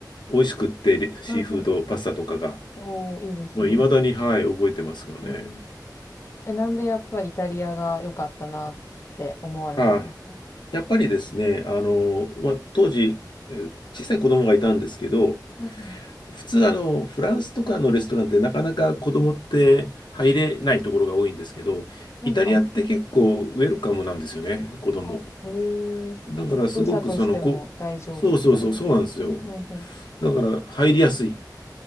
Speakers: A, on the left; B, on the left.
A: 美味しくって、レシーフード、
B: うんうん。
A: パスタとかが。
B: おー、いいですね。
A: もう未だに、はい、覚えてますよね。
B: うん。え、なんでやっぱイタリアが良かったなって思われたんですか
A: はい。やっぱりですね、あの、まあ、当時、えー小さい子供がいたんですけど、
B: うん
A: 普通、あの、フランスとかのレストランってなかなか子供って入れないところが多いんですけど、
B: うん。
A: イタリアって結構ウェルカムなんですよね、
B: うん、あ、そう、
A: 子供。
B: あ、へえ。
A: だからすごくその、
B: うるさくしても大丈夫みたいなこと。
A: こ、そうそうそう、そうなんですよ。
B: うんうんう
A: だから入りやすい